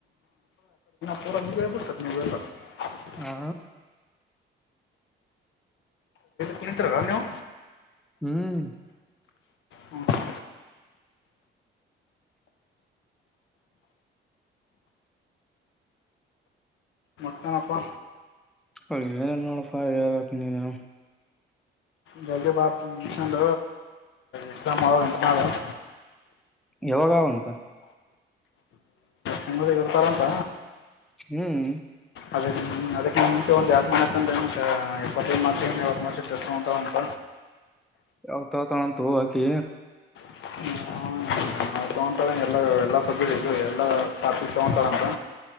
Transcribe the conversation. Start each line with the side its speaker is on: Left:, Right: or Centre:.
Left: ಪೋರ ಬಿಬತಲ್ಲ <unintelligible>
Centre: ಹಾ
Left: ಕುಣಿತರಲ್ <unintelligible> ನೀವು
Centre: ಹ್ಮ್
Left: ಹ್ಞೂ ಹ್ಞೂ ಹಾ ಪಾ.
Centre: ಏನ್ ನೋಡಪಾ ಹೇಳ್ಬೇಕ್ ನೀನೇ.
Left: ಜೈಜೆ ಬಾ ರೀಸೆಂಟ ಎಕ್ಸಾಮ್ ಆವಾ ಇಂಟೆರೆನಲ್.
Centre: ಯಾವಾಗಾವಂತ.
Left: ನಿಮ್ಮದ ಇರ್ತಾರಂತ
Centre: ಹ್ಮ್
Left: ಅದ ಅದಕ್ಕೆ ಮುಂಚೆ ಒಂದ ಯಸ್ಮಾನ ಅಕ ಎಪ್ಪತ್ತನು ಮಾಡತ ಯಾವತ್ತು ಮಸಿಟೆಸ್ ಅಂತ.
Centre: ಯಾವಾಗ ತಗೋತಾಳ ಅಂತ ಅಕಿ.
Left: <inaudible> ನಾ ತಗೊತಳ ಎಲ್ಲ ಎಲ್ಲಾ ಸಬ್ ಇದು ಎಲ್ಲಾ ಟಾಪಿಕ್ ತಗೊತಳಂತ.